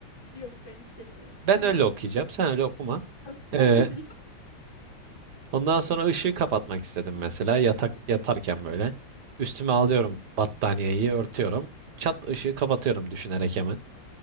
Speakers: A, on the left; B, on the right.
A: Yok ben istemiyorum.
B: Ben
A: Tamam.
B: öyle okuyacağım. Sen öyle okuma.
A: Tamam sen
B: Ee,
A: öyle.
B: Ondan sonra ışığı kapatmak istedim mesela yatak yatarken böyle. Üstüme alıyorum
A: Hı hı.
B: battaniyeyi örtüyorum. Çat ışığı kapatıyorum
A: Hı hı.
B: düşünerek hemen